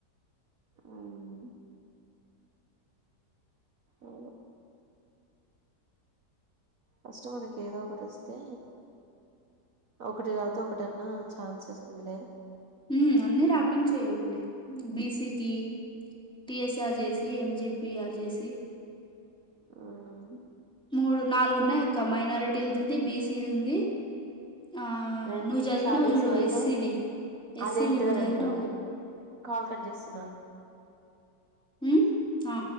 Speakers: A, on the right; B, in the centre.
A: అమ్ అవును ఫస్ట్ మనకి ఏదో ఒకటి వస్తే ఒకటి గాతో ఒకటన్నా ఛాన్స్ ఇస్తుందిలే
B: హు అన్ని రాపించేయండి. బిసికి టిఎస్ఆర్ జేసి ఎమ్జిపిఆర్ జేసి
A: అవున్
B: మూడు నాలుగు ఉన్నాయక్క, మైనారిటీది ఉంది, బీసీది ఉంది. ఆ
A: నేను
B: నువ్
A: టిఎస్
B: జదివినవ్
A: ఆర్జేసి
B: జూడు
A: అంటే
B: ఏసిది ఏసిది
A: అదేంటిదని
B: నువ్ జదివినవుగా
A: అంటుండు కాల్ కాడ్ జేసున్నావ్
B: ఉహ్ ఆ